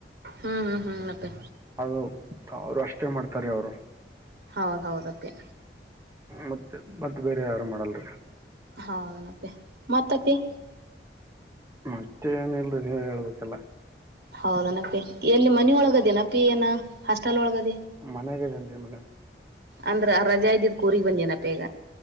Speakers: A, on the right; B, on the right.
A: ಹ್ಮ್ ಹ್ಮ್ ಹ್ಮ್ನಪ್ಪಿ
B: ಅದು ಅವರು ಅಷ್ಟೇ ಮಾಡ್ತಾರೆ ಅವರು
A: ಹೌದ ಹೌದದೇ
B: ಮತ್ತೆ ಮತ್ತತ್ ಬೇರೆ ಯಾರು ಮಾಡಲ್ರಿೀ
A: ಹೌದನಪ್ಪೆ ಮತ್ತಕ್ಕಿ
B: ಮತ್ತೆ ಏನಲ್ರಿ ನೀವ ಹೇಳ್ಬೇಕಲ್ಲ
A: ಹೌದನಪ್ಪಿ ಎಲ್ಲಿ ಮನಿ ಒಳಗದ ನಪಿ ಏನ ಹಾಸ್ಟೆಲ್ ಒಳಗದ
B: ಮನೆಗೆ ಜನ್ರಿ ಮನೆ
A: ಅಂದ್ರ ರಜಾ ಇದ್ದಿದ್ ಕೋರಿ ಬಂದ್ ಏನಪ್ಪೇಗ